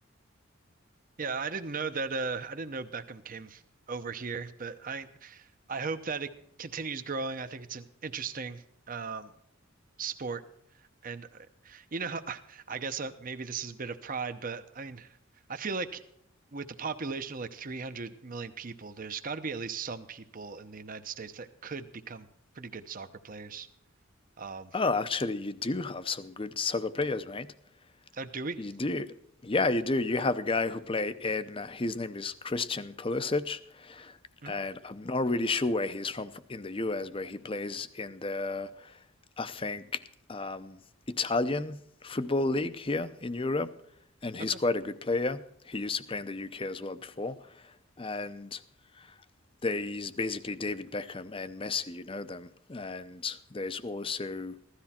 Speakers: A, on the right; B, on the left.
A: yeah. I didn't know that. Uh, I didn't know Beckham came over here, but I I hope that it continues growing. I think it's an interesting um, sport, and uh, you know, <laughs> I guess uh, maybe this is a bit of pride, but I mean, I feel like with the population of like 300 million people, there's got to be at least some people in the United States that could become pretty good soccer players. Um,
B: Oh, actually, you do have some good soccer players, mate.
A: oh, do we?
B: You do. Yeah, you do. You have a guy who play in, uh, his name is Christian Pulisic,
A: Hmm?
B: and I'm not really sure where he's from in the US, but he plays in the I think, um, Italian football league here in Europe, and he's
A: Okay.
B: quite a good player. He used to play in the UK as well before, and there's basically David Beckham and Messi, you know them, and there's also